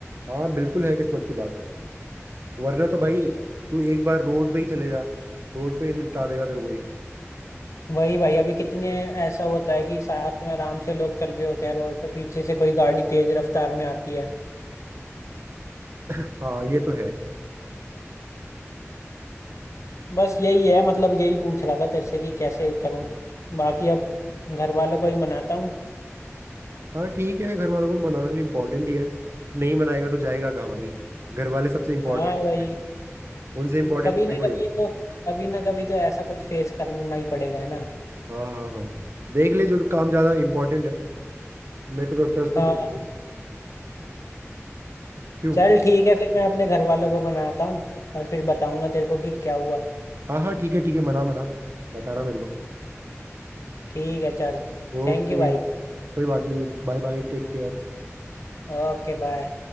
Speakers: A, on the right; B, on the left.
A: हाँ बिल्कुल है किस्मत की बात वरना तो भाई तू एक बार रोड पे ही चले जा रोड पे ही निपटा देगा तेरे को ही
B: वही भाई अभी कितने ऐसा होता है कि साथ में आराम से लोग चल रहे होते हैं रोड पे पीछे से कोई गाड़ी तेज रफ्तार में आती है
A: <coughs> <clears throat> हाँ ये तो है
B: बस यही है मतलब यही पूछ रहा था तेरे से कि कैसे करूं बाकी अब घर वालों को ही मनाता हूँ
A: हाँ ठीक है घर वालों को मनाना भी इम्पोर्टेंट ही है नहीं मनाएगा तो जाएगा कहाँ भाई घर वाले सबसे इम्पोर्टेंट
B: हाँ वही
A: उनसे इम्पोर्टेंट
B: कभी
A: थोड़ी
B: ना
A: कोई
B: कभी
A: है
B: तो कभी ना कभी तो ऐसा कुछ फेस करना ही पड़ेगा है ना
A: हाँ हाँ हाँ देख ले जो काम ज्यादा इम्पोर्टेंट है मेरे को तो लगता है उस
B: हाँ
A: पर जो क्यों
B: चल ठीक है फिर मैं अपने घर वालों को बनाता हूँ और फिर बताऊंगा तेरे को कि क्या हुआ
A: हाँ हाँ ठीक है ठीक है मना मना बताना मेरे को
B: ठीक है चल
A: ओके
B: थैंक यू भाई
A: कोई बात नहीं बाय बाय टेक केयर
B: Okay bye